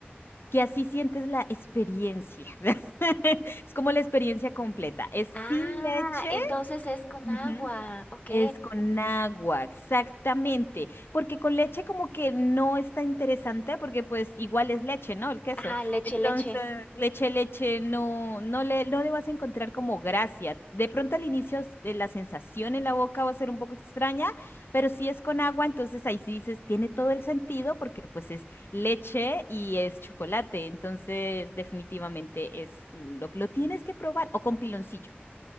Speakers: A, on the left; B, on the left.
A: que así sientes la experiencia. <laughs> Es como la experiencia completa. Es
B: Ah,
A: sin leche.
B: entonces es con
A: Ujú.
B: agua, ok.
A: Es con agua, exactamente, porque con leche como que no está interesante porque pues igual es leche, ¿no? El queso.
B: Ajá, leche,
A: Entonces,
B: leche.
A: leche, leche, no, no le, no le vas a encontrar como gracia. De pronto al inicio s- eh, la sensación en la boca va a ser un poco extraña, pero si es con agua, entonces ahí sí dices, tiene todo el sentido porque pues es leche y es chocolate, entonces definitivamente es lo, lo tienes que probar o con piloncillo.